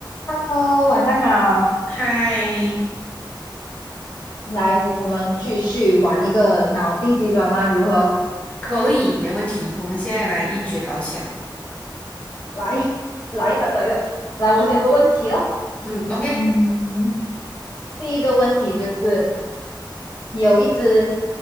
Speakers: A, on the left; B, on the left.
A: h e 晚上好，
B: 嗨，
A: 来，我们继续玩一个脑筋急转弯，如何？
B: 可以，没问题。我们现在来一决高下。
A: 来，<laughs> 来的，来的，来，我先问问题咯。
B: 嗯，OK，
A: 嗯，第一个问题就是有一只